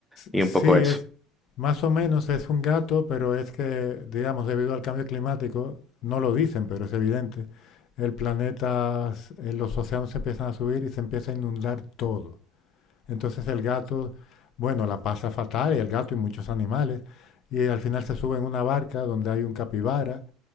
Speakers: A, in the centre; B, on the left (about 55°).
A: y
B: Sí,
A: un poco eso.
B: es más o menos es un gato, pero es que, digamos, debido al cambio climático, no lo dicen, pero es evidente, el planeta, s- eh, los océanos se empiezan a subir y se empieza a inundar todo. Entonces el gato, bueno, la pasa fatal, y el gato y muchos animales, y al final se sube en una barca donde hay un capibara,